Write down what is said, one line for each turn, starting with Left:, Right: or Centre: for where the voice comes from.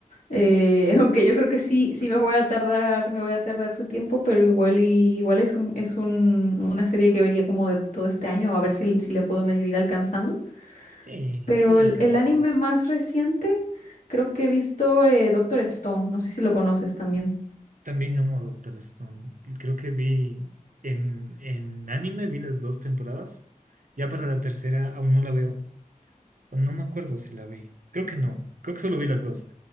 Left: Eh, <laughs> aunque yo creo que sí, sí me voy a tardar, me voy a tardar su tiempo, pero igual y, igual es un, es un, una serie que vería como de todo este año, a ver si, si le puedo medio ir alcanzando.
Right: Sí,
Left: Pero
Right: sí le
Left: el,
Right: alcanza.
Left: el anime más reciente, creo que he visto eh, Doctor Stone, no sé si lo conoces también.
Right: También amo a Doctor Stone. Y Creo que vi en, en anime, vi las dos temporadas. Ya para la tercera aún no la veo. Aún No me acuerdo si la vi. Creo que no. Creo que solo vi las dos.